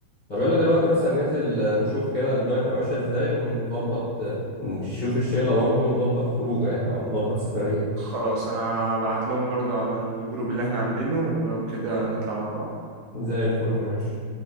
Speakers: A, on the left; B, on the right.
A: طب يلا دلوقتي مثلا ننزل آه، نشوف كده الدنيا تبقى ماشيه ازاي ونظبط آه، نشوف الشله برضه ونظبط خروجه يعني او نظبط سفريه
B: خلاص انا هبعت لهم برضو على الجروب اللي احنا عاملينه ولو كده نطلع مع بعض
A: زي الفل ماشي